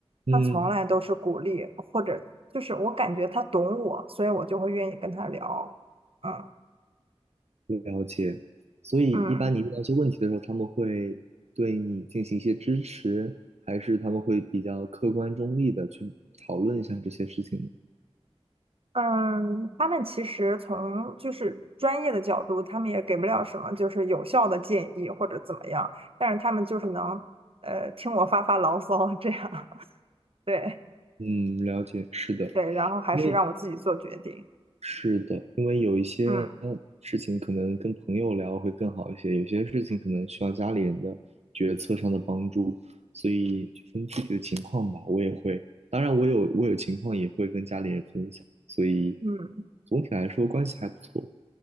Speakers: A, on the right; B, on the right.
A: 嗯，
B: 她从来都是鼓励，或者就是我感觉她懂我，所以我就会愿意跟她聊。嗯。
A: 了解。所以一般你遇到一些问题的时候，
B: 嗯
A: 他们会对你进行一些支持，还是他们会比较客观中立的去讨论一下这些事情呢？
B: 嗯，他们其实从就是专业的角度，他们也给不了什么就是有效的建议或者怎么样，但是他们就是能呃听我发发牢骚这样，<laughs> 对
A: 嗯，了解，是的。
B: 对，然后还是让我自己做决定。
A: 因为是的，因为有一些事情可能跟朋友聊会更好一些，
B: 嗯
A: 有些事情可能需要家里人的决策上的帮助，所以就分具体的情况吧。我也会，当然我有我有情况也会跟家里人分享，所以
B: 嗯
A: 总体来说关系还不错。